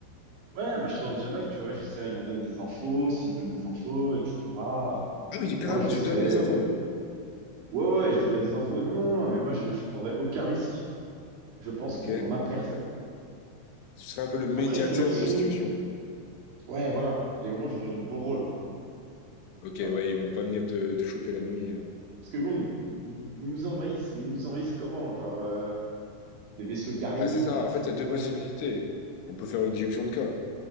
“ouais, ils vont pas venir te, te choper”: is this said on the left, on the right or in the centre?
Left